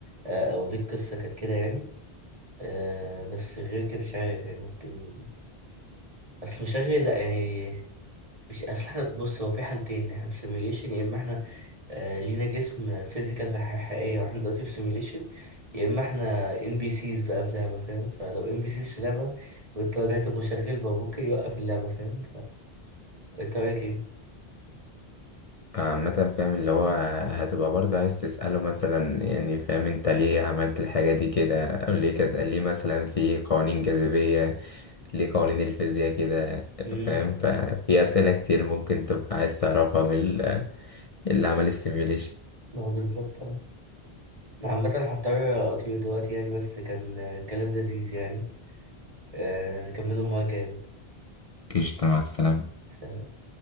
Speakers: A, on the right; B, on the left.
A: آه، أو ليه القصة كانت كده يعني آه، بس غير كده مش عارف يعني ممكن أصل مشغل لأ يعني مش أصل احنا بص هو في حالتين احنا في سيميليشن يا إما احنا آه، لينا جسم فيزيكال في حياة حقيقية واحنا دلوقتي في سيميليشن يا إما احنا ان بي سيز بقى في لعبة فاهم فلو ان بي سيز في لعبة وانت واجهت المشغل بقى ممكن يوقف اللعبة فاهم التراكي
B: عامة فاهم اللي هو هتبقى برضه عايز تسأله مثلا يعني فاهم انت ليه عملت الحاجة دي كده او ليه كده ليه مثلا في قوانين جاذبية ليه قوانين الفيزياء كده
A: امم
B: فاهم ففي أسئلة كتير ممكن تبقى عايز تعرفها من ال- اللي عمل السيميوليشن
A: ما هو بالظبط اه انا عامة هضطر اطير دلوقتي يعني بس كان آه، كلام لذيذ يعني آه، نكمله المرة الجاية بقى.
B: قشطة مع السلامة
A: سلام